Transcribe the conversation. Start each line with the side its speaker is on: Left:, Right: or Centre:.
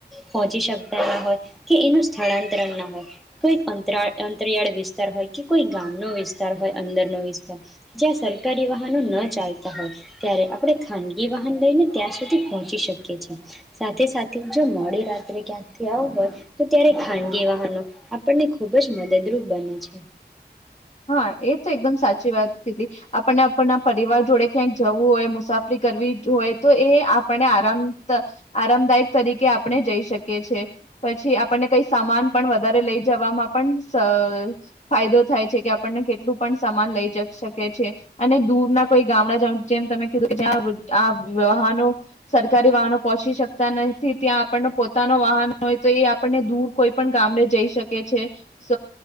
Centre: પહોંચી શકતા ના હોય કે એનું સ્થળાંતર ના હોય, કોઈ અંતરાળ અંતરિયાળ વિસ્તાર હોય કે કોઈ ગામ નો વિસ્તાર હોય અંદરનો વિસ જ્યાં સરકારી વાહનો ન ચાલતા હોય ત્યારે આપણે ખાનગી વાહન લઈને ત્યાં સુધી પહોંચી શકીએ છે. સાથે-સાથે જો મોડી રાત્રે ક્યાંક ને કયાંક ગયા હોય તો ત્યારે ખાનગી વાહનો આપણને ખુબ જ મદદરૂપ બને છે.
Left: હા એ તો એકદમ સાચી વાત કીધી આપણને આપણના પરિવાર જોડે ક્યાંક જવું હોય મુસાફરી કરવી હોય તો એ આપને આરામ આરામદાયક તરીકે આપણે જઈ શકીએ છે, પછી આપણને કાઈક સામાન પણ વધારે લઈ જવામાં પણ સ ફાયદો થાય છે. <unintelligible> આપણને કેટલું પણ સામાન લઈ જ શકે છે, અને દૂર ના કોઈ ગામડા જમ જેમ તમે કીધું કે જ્યાં આ વાહનો સરકારી વાહનો પહોચી શકતા નથી ત્યાં આપણનો પોતાનો વાહન હોય તો એ આપણને દૂર કોઈ પણ ગામડે જઈ શકે છે, સ